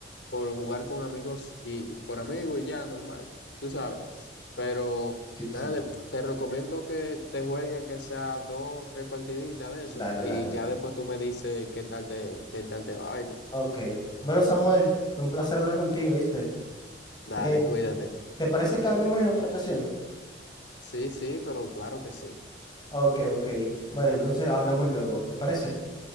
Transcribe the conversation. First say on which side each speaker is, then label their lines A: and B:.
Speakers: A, on the left (about 80°); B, on the left (about 25°).
A: por jugar con amigos y por amigos y ya, normal, tú sabes. Pero
B: Sí, sí.
A: nada, después te recomiendo que te jueguen que sea dos o tres partiditas de eso
B: Dale,
A: y
B: dale,
A: ya
B: dale.
A: después tú me dices qué tal te, qué tal te va, ¿oíste?
B: Ok. Bueno, Samuel, fue un placer hablar contigo, ¿viste?
A: Dale,
B: Eh,
A: cuídate.
B: ¿te parece que hablemos en otra ocasión?
A: Sí, sí, pero claro que sí.
B: Ok, ok. Bueno, entonces hablamos luego. ¿Te parece?